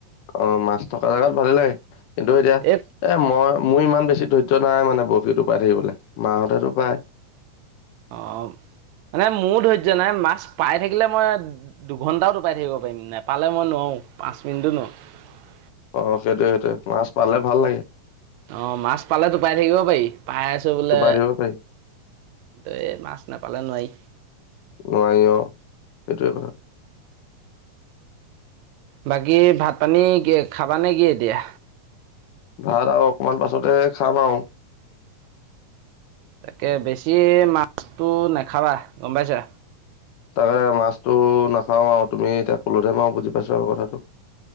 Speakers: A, on the left; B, on the right.
A: অ মাছ থকা জোগাত ভালেই লাগে কিন্তু এতিয়া
B: এই
A: এ মই মোৰ ইমান বেছি ধৈৰ্য নাই মানে বৰশীত টোপাই থাকিবলৈ মাহঁতে টোপায়
B: আহ মানে মোৰো ধৈৰ্য্য নাই মাছ পাই থাকিলে মই দুঘন্টাও টোপাই থাকিব পাৰিম নেপালে মই নোৱাৰোঁ পাঁচ মিনিটো নোৱাৰোঁ
A: অ সেইটোয়ে সেইটোয়ে মাছ পালে ভাল লাগে
B: অ মাছ পালে টোপাই থাকিব পাৰি পাই আছোঁ বোলে
A: টোপাই দিব পাৰি
B: দেই মাছ নাপালে নোৱাৰি
A: নোৱাৰি অ এইটোৱেই কথা
B: বাকী ভাত পানী খাবা নে কি এতিয়া
A: ভাত আৰু অকণমান পাছতে খাম আৰু
B: তাকে বেছি মাছটো নাখাবা গম পাইছা
A: তাকে মাছটো নাখাওঁ আৰু তুমি এতিয়া কলোতেহে মই আৰু বুজি পাইছো আৰু কথাটো